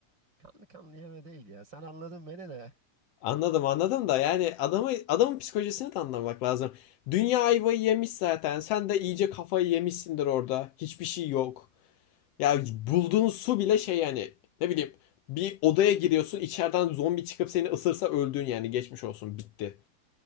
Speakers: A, on the right; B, on the left.
A: Kanlı kanlı yeme değil ya. Sen anladın beni de.
B: Anladım anladım da yani adamı adamın psikolojisini de anlamak lazım. Dünya ayvayı yemiş zaten. Sen de iyice kafayı yemişsindir orada. Hiçbir şey yok. Ya bulduğun su bile şey yani ne bileyim bir odaya giriyorsun içeriden zombi çıkıp seni ısırsa öldün yani geçmiş olsun bitti.